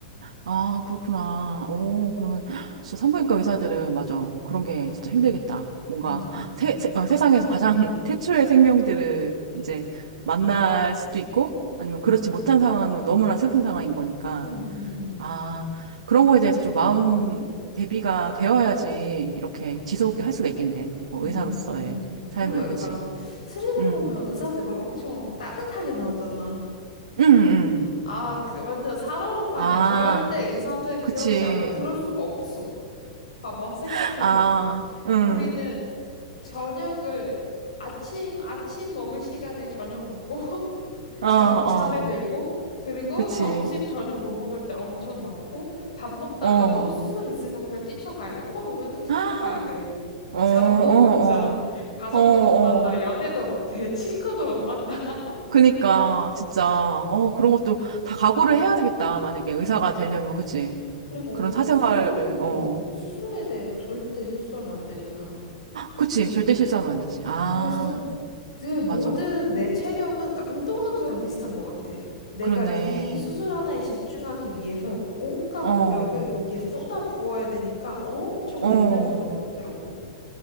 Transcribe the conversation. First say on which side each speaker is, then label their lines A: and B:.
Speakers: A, on the right; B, on the left.
A: 아, 그렇구나. 오, 그러면 진짜 산부인과 의사들은 맞아. 그런 게 진짜 힘들겠다. 뭔가
B: 음, 음,
A: 세, 세, 어, 세상에서 가장 <laughs> 태초의 생명들을 이제 만날 수도 있고 아니면 그렇지 못한 상황은 너무나 슬픈 상황인 거니까.
B: 음, 음, 음.
A: 아, 그런 거에 대해서 좀 마음 대비가 되어야지 이렇게 지속 게할 수가 있겠네. 뭐
B: 음,
A: 의사로서의
B: 음, 음.
A: 삶을,
B: 그리고 약간
A: 그치?
B: 스리생
A: 응,
B: 보면 의사들 막 엄청 따뜻하게 나오잖아.
A: 응, 응.
B: 아, 그 완전 살얼음판이야.
A: 아,
B: 절대 의사는 그렇지
A: 그치.
B: 않아. 그럴 수가 없어. 봐봐, 생각해봐.
A: <laughs> 아, 응.
B: 우리는 저녁을 아침, 아침 먹을 시간에 저녁 먹고, <laughs>
A: 어,
B: 잠,
A: 어.
B: 잠에 들고, 그리고
A: 그치.
B: 점심, 저녁 못 먹을 때 엄청 많고, 밥 먹다가도
A: 어.
B: 수술 있으면 그냥 뛰쳐가야 돼. 콜 오면은 뛰쳐가야
A: 아,
B: 돼.
A: 어, 어,
B: 잠도
A: 어.
B: 못 자. <laughs> 가족도
A: 어, 어.
B: 못 만나. 연애도 못 해. 친구도 못 만나. <laughs>
A: 그니까, 진짜, 어, 그런 것도 다 각오를 해야 되겠다. 만약에
B: 응.
A: 의사가 되려면, 그치?
B: 그리고
A: 그런
B: 우리는
A: 사생활을,
B: 수술,
A: 어.
B: 어, 수술에 대해서 절대 실수하면 안 되잖아.
A: 그치? 절대 실수하면 안 되지. 아,
B: 그래서 늘 모든
A: 맞아.
B: 내 체력은, 그러니까 운동한 수랑 비슷한 것 같아. 내가
A: 그렇네.
B: 이 수술 하나에 집중하기 위해서 온갖
A: 어,
B: 노력을 거기에 쏟아 부어야 되니까 엄청
A: 어.
B: 예민할 수밖에 없더라고.